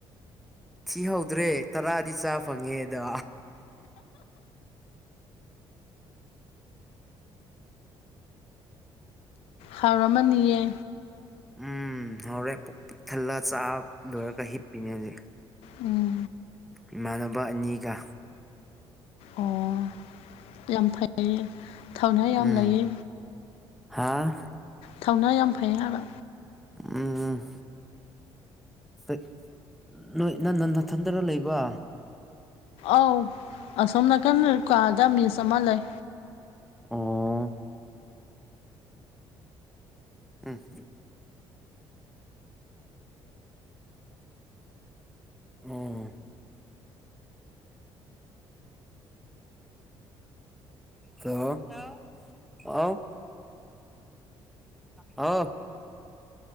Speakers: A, in the centre; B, on the left.
A: ꯊꯤꯍꯧꯗ꯭ꯔꯦ ꯇꯔꯥꯗꯤ ꯆꯥ ꯐꯪꯉꯦ ꯑꯗꯣ
B: ꯍꯥꯎꯔꯝꯃꯅꯤꯌꯦ
A: ꯎꯝ ꯍꯔꯦꯤꯛ ꯊꯜꯂꯒ ꯆꯥ ꯂꯣꯏꯔꯒ ꯍꯤꯞꯄꯤꯅꯦ ꯍꯧꯖꯤꯛ
B: ꯎꯝ
A: ꯏꯃꯥꯟꯅꯕ ꯑꯅꯤꯒ
B: ꯑꯣ ꯌꯥꯝ ꯐꯩꯌꯦ ꯊꯧꯅꯥ ꯌꯥꯝ
A: ꯎꯝ
B: ꯂꯩꯌꯦ
A: ꯍꯥ
B: ꯊꯧꯅ ꯌꯥꯝ ꯐꯩ ꯍꯥꯏꯕ
A: ꯎꯝ ꯑꯩꯠ ꯂꯣꯏ ꯅꯟ ꯅꯟ ꯅꯊꯟꯇꯔꯥ ꯂꯩꯕ
B: ꯑꯧ ꯑꯁꯣꯝ ꯅꯥꯀꯟ ꯀꯥꯗ ꯃꯤꯁ ꯑꯃ ꯂꯩ
A: ꯑꯣ ꯎꯝ ꯑꯣ ꯑ ꯑꯥꯎ ꯑꯥꯎ